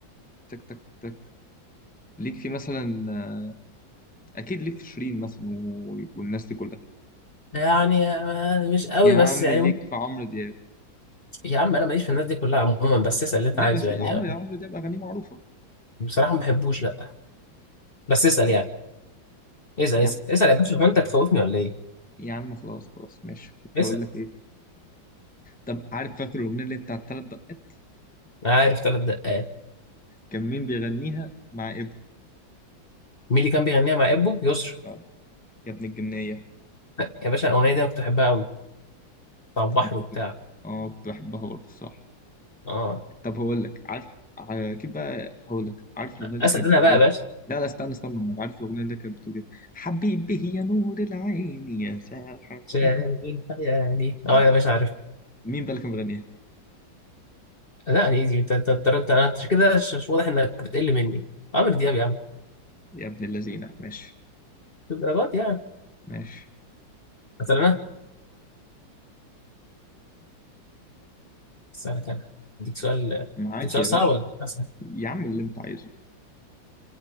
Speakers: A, in the centre; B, on the left.
A: تك تك تك ليك في مثلا آه، اكيد ليك في شيرين مثلا و... والناس دي كلها
B: يعني آه، مش قوي
A: يا عم
B: بس يعني
A: ليك
B: ممكن-
A: في عمرو دياب
B: يا عم انا ماليش في الناس دي كلها عموما بس اسال اللي انت
A: لا
B: عايزه
A: بس دي
B: يعني
A: عمرو
B: أنا
A: يا عمرو ده بأغانيه معروفة
B: بصراحه ما بحبوش لا بس اسال
A: طب
B: يعني اسال
A: يا
B: اسال
A: عم
B: اسال يا باشا هو انت تخوفني ولا ايه
A: يا عم خلاص خلاص ماشي كنت
B: اسال
A: هقول لك ايه طب عارف فاكر الأغنية اللي بتاعت تلات دقات
B: انا عارف ثلاث دقات
A: كان مين بيغنيها مع إبو
B: مين اللي كان بيغنيها مع ابو يسرا
A: اه يا ابن الجنية
B: <laughs> يا باشا الاغنيه دي انا كنت بحبها قوي بتاع البحر
A: أنا كنت
B: وبتاع
A: اه كنت بحبها برضه الصراحة
B: اه
A: طب هقول لك عارف ع- كده بقى هقول لك عارف الأغنية اللي
B: اسال
A: كانت
B: انا
A: بتقول
B: بقى
A: ايه
B: يا باشا
A: لا لا استنى استنى أنا عارف الأغنية اللي كانت بتقول ايه حبيبي يا نور العين يا ساحر
B: شايف
A: كمان
B: خيالي
A: اه
B: اه يا باشا عارف
A: مين بقى اللي كان بيغنيها
B: لا انا ايزي انت انت انت انت أنت كده مش مش واضح انك بتقل مني عمرو دياب يا عم
A: يا ابن اللذينة ماشي
B: في الدرجات يعني
A: ماشي
B: مثلا انا اسالك انا اديك سؤال اديك
A: معاك
B: سؤال
A: يا باشا
B: صعب ولا إيه؟ مثلا
A: يا عم اللي انت عايزه